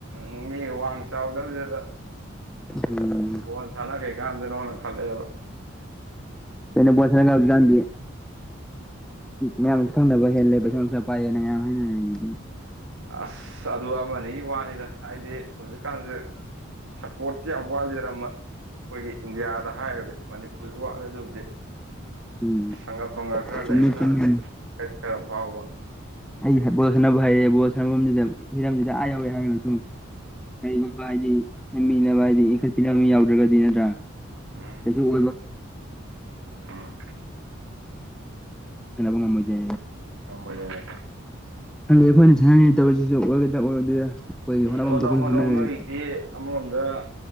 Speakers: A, on the right; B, in the centre.
A: ꯎꯝ ꯃꯤꯒ ꯋꯥꯡ ꯆꯥꯎꯗꯗꯨꯗ
B: ꯎꯝ
A: ꯒꯣꯟ ꯁꯥꯟꯅ ꯀꯩ ꯀꯥꯟꯗꯅꯣꯅ ꯈꯜꯂꯛꯑꯦꯕ
B: ꯀꯩꯅ ꯄꯣꯁꯔꯒꯥꯟꯤ ꯃꯌꯥꯝꯅꯁꯨ ꯈꯪꯅꯕ ꯍꯦꯜꯂꯦ ꯄꯩꯁꯥ ꯅꯨꯡꯁꯥ ꯄꯥꯏꯔꯦꯅ ꯃꯌꯥꯝ ꯍꯥꯏꯅꯔꯅ
A: ꯑꯁ ꯑꯗꯨ ꯑꯃꯅꯤꯒꯤ ꯋꯥꯅꯤꯗ ꯍꯥꯏꯗꯤ ꯍꯧꯖꯤꯛꯀꯥꯟꯁꯦ ꯁꯞꯄꯣꯔꯠꯁꯤ ꯌꯥꯝ ꯋꯥꯠꯂꯤꯔꯝꯕ ꯑꯩꯈꯣꯏꯒꯤ ꯏꯟꯗꯤꯌꯥꯗ ꯍꯥꯏꯔꯒꯗꯤ ꯃꯅꯤꯄꯨꯔꯁꯨ ꯋꯥꯠꯂꯦ ꯑꯗꯨꯕꯨꯗꯤ
B: ꯎꯝ
A: ꯁꯪꯒ ꯄꯪꯒꯞ ꯈꯔ
B: ꯆꯨꯝꯃꯤ
A: ꯂꯩꯕꯅ
B: ꯆꯨꯝꯃꯤ
A: ꯍꯠ ꯈꯔ ꯐꯥꯎꯕ
B: ꯑꯩ ꯕꯣꯜ ꯁꯥꯟꯅꯕ ꯍꯔꯦ ꯕꯣꯜ ꯁꯥꯟꯅꯕꯐꯝꯁꯤꯗ ꯍꯤꯔꯝꯁꯤꯗ ꯑꯥ ꯌꯧꯔꯦ ꯍꯥꯏꯔꯒꯁꯨ ꯀꯔꯤꯒꯨꯝꯕ ꯍꯥꯏꯗꯤ ꯁꯦꯝꯟꯃꯤꯅꯕ ꯍꯥꯏꯗꯤ ꯏꯟꯈꯠꯄꯤꯅꯕ ꯃꯤ ꯌꯥꯎꯗ꯭ꯔꯒꯗꯤ ꯅꯠꯇ꯭ꯔꯥ
A: ꯎꯝ
B: ꯏꯟꯜ ꯁꯕꯨ
A: ꯎꯝ
B: ꯉꯝꯣꯏꯖ
A: ꯍꯝꯕꯗꯅꯦ
B: ꯍꯪꯗꯛ ꯑꯩꯈꯣꯏꯅ ꯁꯥꯟꯅꯔꯤ ꯇꯧꯔꯤꯁꯤꯁꯨ ꯑꯣꯏꯒꯗ꯭ꯔꯥ ꯑꯣꯏꯔꯣꯏ꯭ꯔꯥ ꯑꯩꯈꯣꯏꯒꯤ ꯍꯣꯠꯅꯐꯝ
A: ꯍꯣꯠꯅꯧ
B: ꯊꯣꯛꯄꯁꯨ
A: ꯍꯣꯠꯅꯧ
B: ꯍꯣꯠꯅꯔꯒꯅꯤ
A: ꯅꯣꯏꯒꯤꯗꯤ ꯑꯃꯔꯣꯝꯗ